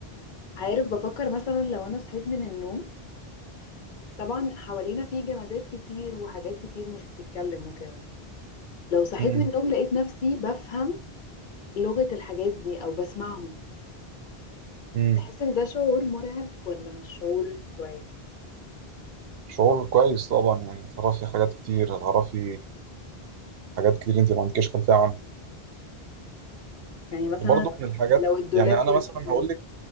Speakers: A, on the left; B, on the right.
A: عارف بفكر مثلا لو انا صحيت من النوم طبعا حوالينا في جمادات كتير وحاجات كتير مش بتتكلم وكده لو صحيت
B: مم.
A: من النوم لقيت نفسي بفهم لغة الحاجات دي أو بسمعهم
B: مم.
A: تحس إن ده شعور مرعب ولا شعور كويس
B: شعور كويس طبعا يعني تعرفي حاجات كتير هتعرفي حاجات كتير انت ما عندكيش خلفيه عنها
A: يعني مثلا
B: وبرضه من الحاجات
A: لو الدولاب
B: يعني انا
A: بيتكلم
B: مثلا هقول لك